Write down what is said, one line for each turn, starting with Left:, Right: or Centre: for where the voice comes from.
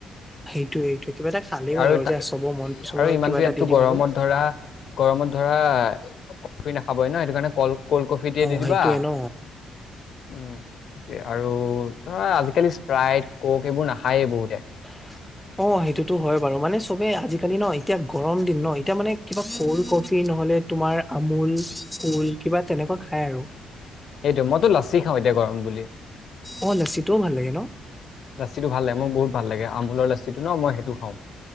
Centre: সেইটোয়ে এইটো কিবা এটা খালেই হল
Left: আৰু
Centre: বাৰু
Left: তাই-
Centre: এ চব মন পচন্দৰ
Left: আৰু ইমানটো
Centre: কিবা
Left: ইয়াততো
Centre: এটা দি দিম
Left: গৰমত
Centre: আৰু।
Left: ধৰা, গৰমত ধৰা কফি নাখাবই ন সেইটো কাৰণে কল, ক'ল্ড কফি টোৱে
Centre: অ
Left: দি দিবা।
Centre: সেইটোয়ে ন
Left: উম সেইটোৱে আৰু ধৰা আজিকালি স্প্ৰাইট কক এইবোৰ নাখায়েই বহুতে।
Centre: <inaudible> অ সেইটোতো হয় বাৰু মানে চবে আজিকালি ন এতিয়া গৰম দিন ন এতিয়া মানে কিবা কল্ড কফি নহলে, তোমাৰ আমুল কল্ড কিবা তেনেকুৱা খায় আৰু।
Left: সেইটো মইতো লাচি খাওঁ এতিয়া গৰম বুলি।
Centre: অ লাচিটোও ভাল লাগে ন।
Left: লাচিটো ভাল লাগ মই বহুত ভাল লাগে আমুলৰ লাচিটো ন মই সেইটো খাওঁ।